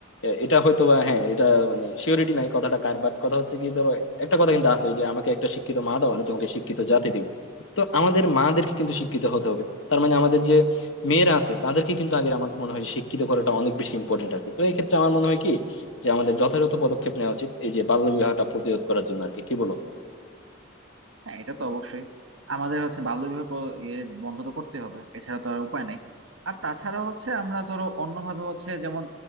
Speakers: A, on the left; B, on the right.
A: এ, এটা হয়তো বা হ্যাঁ এটা মানে শিওরিটি নাই কথাটা কার বাট কথা হচ্ছে কি ধরো একটা কথা কিন্তু আছে যে আমাকে একটা শিক্ষিত মা দাও আমি তোমাকে শিক্ষিত জাতি দিব তো আমাদের মাদেরকে কিন্তু শিক্ষিত হতে হবে তার মানে আমাদের যে মেয়েরা আছে তাদেরকে কিন্তু আগে আমার মনে হয় শিক্ষিত করাটা অনেক বেশি ইম্পর্টেন্ট আর কি তো এই ক্ষেত্রে আমার মনে হয় কি যে আমাদের যথাযথ পদক্ষেপ নেওয়া উচিত এই যে বাল্য বিবাহটা প্রতিরোধ করার জন্য আর কি কি বলো
B: হ্যাঁ এটা তো অবশ্যই আমাদের হচ্ছে বাল্যবিবাহ প্র- এ বন্ধ তো করতে হবে এছাড়া তো আর উপায় নাই আর তাছাড়া হচ্ছে আমরা ধরো অন্যভাবে হচ্ছে যেমন